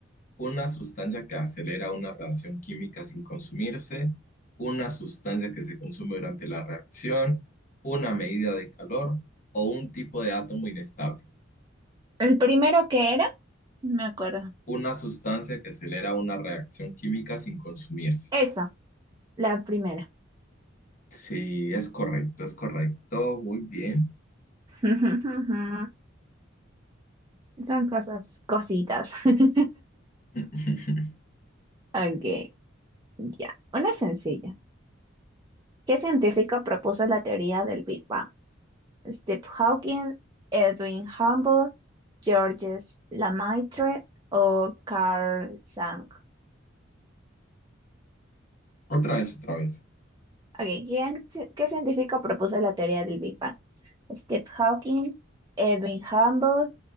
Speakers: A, on the left (about 45°); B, on the right (about 20°).
A: Una sustancia que acelera una reacción química sin consumirse, una sustancia que se consume durante la reacción, una medida de calor o un tipo de átomo inestable.
B: El primero que era, no me acuerdo.
A: Una sustancia que acelera una reacción química sin consumirse.
B: Eso, la primera.
A: Sí, es correcto, es correcto. Muy bien.
B: <laughs> Son cosas, cositas. <laughs>
A: <laughs>
B: Ok, ya. Una sencilla. ¿Qué científico propuso la teoría del Big Bang? Steve Hawking, Edwin Hubble, Georges Lemaitre o Carl Sagan.
A: Otra vez, otra vez.
B: Ok, ¿quién- ci- qué científico propuso la teoría del Big Bang? Steve Hawking, Edwin Hubble.